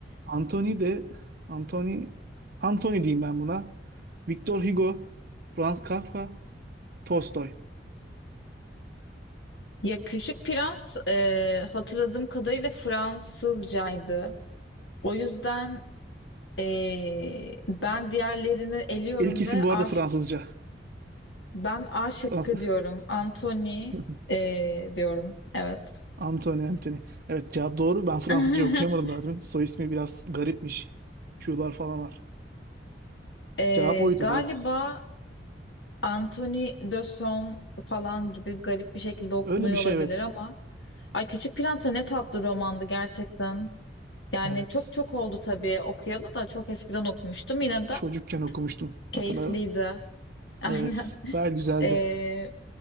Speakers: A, on the right; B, on the left.
A: Anthony de Anthony Anthony diyeyim ben buna. Victor Hugo, Franz Kafka, Tolstoy.
B: Yakışık Prens e, hatırladığım kadarıyla Fransızcaydı. O yüzden e, ben diğerlerini eliyorum
A: İlk isim
B: ve A
A: bu arada Fransızca.
B: şık- ben A şıkkı
A: Fransız
B: diyorum. Anthony
A: <laughs>
B: e, diyorum. Evet.
A: Anthony Anthony. Evet cevap doğru. Ben Fransızca
B: <laughs>
A: okuyamadım daha demin. Soy ismi biraz garipmiş. Q'lar falan var.
B: E,
A: Cevap oydu
B: galiba
A: evet.
B: Anthony de Son falan gibi garip bir şekilde okunuyor
A: Öyle bir şey
B: olabilir
A: evet.
B: ama Ay Küçük Prens'e ne tatlı romandı gerçekten. Yani
A: Evet.
B: çok çok oldu tabii okuyalı da çok eskiden okumuştum. Yine
A: Ben
B: de
A: çocukken okumuştum.
B: keyifliydi.
A: Hatırla
B: <laughs> Aynen.
A: Evet, gayet güzeldi.
B: Ee,